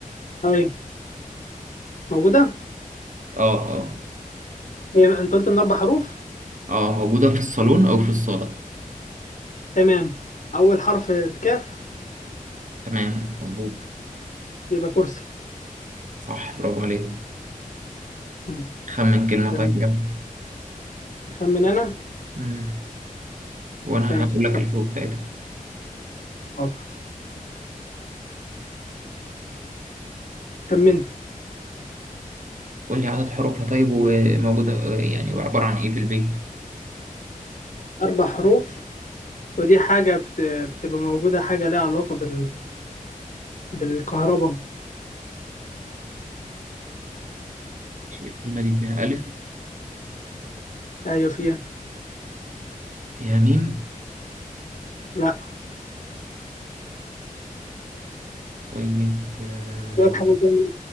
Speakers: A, on the left; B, on the right.
A: ايوه موجوده
B: اه اه
A: هي انت قلت من اربع حروف
B: اه موجوده في الصالون او في الصاله
A: تمام اول حرف الكاف
B: تمام مظبوط
A: يبقى كرسي
B: صح برافو عليك
A: مم.
B: خمن كلمه
A: تمام
B: طيب يلا
A: أخمن أنا؟
B: مم. وانا
A: ماشي
B: هقول لك الحروف بتاعتها
A: حاضر خمنت
B: قول لي عدد حروفها طيب وموجودة يعني وعبارة عن إيه في البيت؟
A: أربع حروف ودي حاجة بت... بتبقى موجودة حاجة لها علاقة بال... بالكهرباء
B: ماشي، الكلمة دي فيها ألف
A: أيوة فيها
B: فيها ميم
A: لا
B: طيب آه،
A: شوية حاجة تانية.